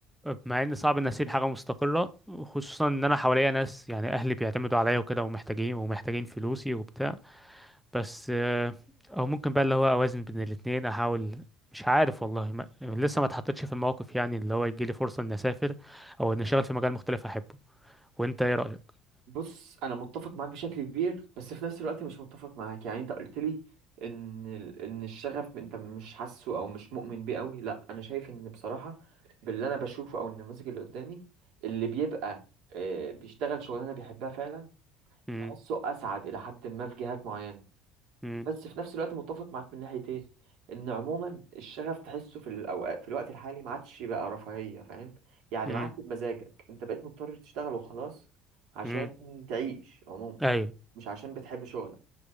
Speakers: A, in the centre; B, on the right.
A: مع ان صعب ان اسيب حاجه مستقره خصوصا ان انا حواليا ناس يعني اهلي بيعتمدوا عليا وكده ومحتاجين ومحتاجين فلوسي وبتاع بس آه، او ممكن بقى اللي هو اوازن بين الاتنين احاول مش عارف والله ما... لسه ما اتحطيتش في الموقف يعني اللي هو يجي لي فرصة اني اسافر او اني اشتغل في مجال مختلف احبه وانت ايه رأيك
B: بص انا متفق معاك بشكل كبير بس في نفس الوقت مش متفق معاك يعني انت قلت لي ان ال- ان الشغف انت مش حاسه او مش مؤمن بيه قوي لا انا شايف ان بصراحة باللي انا بشوفه او النماذج اللي قدامي اللي بيبقى آه، بيشتغل شغلانة بيحبها فعلا
A: امم
B: تحسه اسعد الى حد ما في جهات معينة
A: امم
B: بس في نفس الوقت متفق معاك من ناحية ايه ان عموما الشغف تحسه في الاوقات في الوقت الحالي ما عادش بقى رفاهية فاهم يعني
A: امم
B: ما عادش بمزاجك انت بقيت مضطر تشتغل وخلاص عشان
A: امم
B: تعيش عموما
A: ايوه
B: مش عشان بتحب شغلك